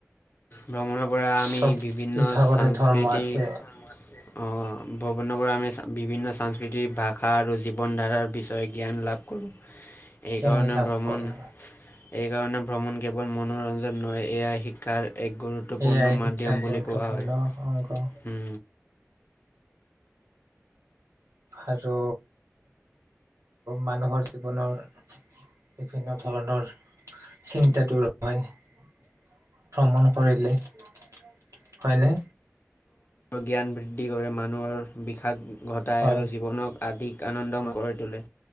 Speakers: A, on the left; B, on the right.
A: ভ্ৰমণৰ পৰা আমি
B: চব
A: বিভিন্ন
B: বিভাগৰে
A: সাংস্কৃতি
B: ধৰ্ম আছে
A: অ ভ্ৰমণৰ পৰা আমি বিভিন্ন সংস্কৃতিক ভাষা আৰু জীৱন ধাৰাৰ বিষয়ে জ্ঞান লাভ কৰোঁ। এইকাৰণে
B: ধ্যান লাভ
A: ভ্ৰমণ
B: কৰোঁ।
A: এইকাৰণে ভ্ৰমণ কেৱল মনোৰঞ্জন নহয় এয়া শিক্ষাৰ। এক গুৰুত্বপূৰ্ণ
B: সেয়াই
A: মাধ্যম
B: শিক্ষা গুৰুত্বপূৰ্ণ
A: বুলি কোৱা হয়
B: অংগ আৰু মানুহৰ জীৱনৰ বিভিন্ন ধৰণৰ চিন্তা দূৰ হয়। ভ্ৰমণ কৰিলে হয় নে।
A: জ্ঞান বৃদ্ধি কৰে মানুহৰ বিষাদ- ঘটায়
B: হয়
A: আৰু জীৱনক আধিক আনন্দ কৰি তোলে